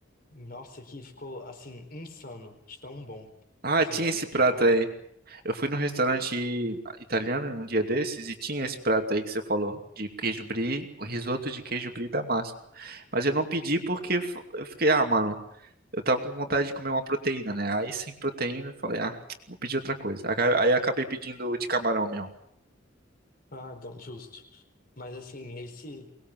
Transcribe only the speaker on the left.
Nossa, que ficou assim insano, de tão bom
que
é,
que tava.
Ah, não, justo. Mas assim, esse